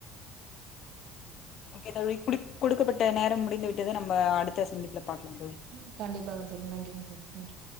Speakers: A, on the left; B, on the right.
A: ஓகே தோழி இப்டிக் கொடுக்கப்பட்ட நேரம் முடிந்து விட்டது நம்ம அடுத்த சந்திப்புல பாக்கலா தோழி
B: ம் கண்டிபாங்க தோழி நன்றிங்க தோழி நன்றி